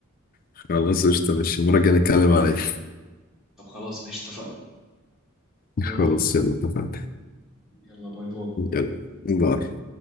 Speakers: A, on the left (about 40°); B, in the centre.
A: خلاص قشطة ماشي المرة الجاية نتكلم عليه
B: <laughs> طب خلاص ماشي اتفقنا
A: <laughs>
B: يلا
A: خلاص يلا اتفقنا
B: يلا باي باي
A: يلا باي